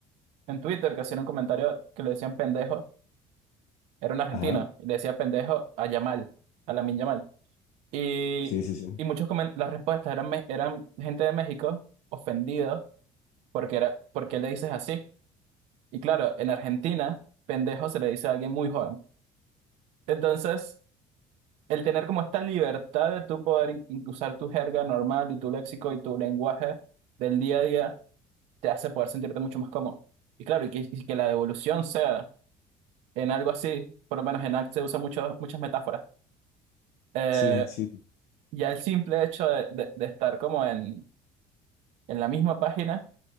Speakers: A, on the right; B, on the left.
A: en Twitter que hacían un comentario que le decían pendejo, era un argentino,
B: Ajá,
A: y le decía pendejo a Yamal, a Lamin Yamal. Y,
B: sí, sí, sí.
A: y muchos comen- las respuestas eran, me- eran gente de México ofendido porque era, ¿por qué le dices así? Y claro, en Argentina, pendejo se le dice a alguien muy joven. Entonces, el tener como esta libertad de tú poder in- in- usar tu jerga normal y tu léxico y tu lenguaje del día a día te hace poder sentirte mucho más cómodo. Y claro, y que, y que la devolución sea en algo así, por lo menos en arte se usa mucho, muchas metáforas. Eh,
B: Sí, sí.
A: ya el simple hecho de, de- de estar como en, en la misma página